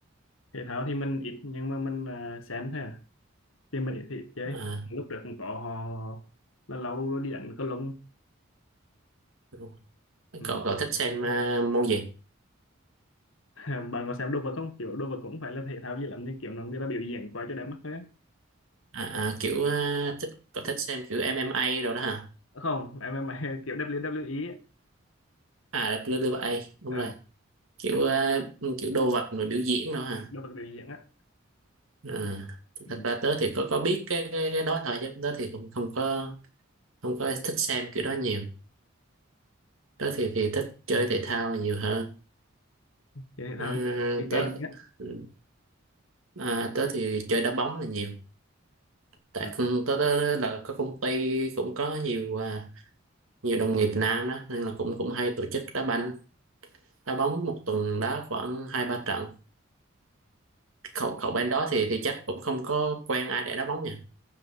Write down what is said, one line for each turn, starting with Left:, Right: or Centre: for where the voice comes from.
Left: thể thao thì mình ít nhưng mà mình à, xem thôi à thì mình ít thì ít chơi
Right: À,
Left: lúc trước cũng có họ là lâu đi đánh cầu lông
Right: đúng. rồi.
Left: ừ.
Right: cậu
Left: <laughs>
Right: cậu thích xem à, môn gì?
Left: bạn có xem đồ vật không kiểu đồ vật cũng phải là thể thao gì lắm nhưng kiểu nó người ta biểu diễn quá cho đẹp mắt thôi á.
Right: À, à, kiểu à, thích cậu thích xem kiểu MMA rồi đó hả?
Left: không em em <laughs> kiểu WWE ấy.
Right: À WWE đúng
Left: à
Right: rồi. Kiểu
Left: cái đó.
Right: à, kiểu đồ vật rồi biểu diễn đó
Left: Ừ,
Right: hả?
Left: đồ vật biểu diễn á
Right: À,
Left: ừ.
Right: thật ra tớ thì có có biết cái cái, cái đó thôi chứ tớ thì cũng không có không có thích xem kiểu đó nhiều. Tớ thì thì thích chơi
Left: Ừ.
Right: thể thao là nhiều hơn.
Left: chơi thể thao
Right: À,
Left: thì chơi
Right: tớ
Left: chơi gì á
Right: ừ. à, tớ thì chơi đá bóng là nhiều. tại
Left: Ừ.
Right: công- tới đó là có công ty cũng có nhiều à, nhiều đồng nghiệp nam đó nên là cũng cũng hay tổ chức đá banh đá bóng một tuần đá khoảng hai ba trận cậu cậu bên đó thì thì chắc cũng không có quen ai để đá bóng nhỉ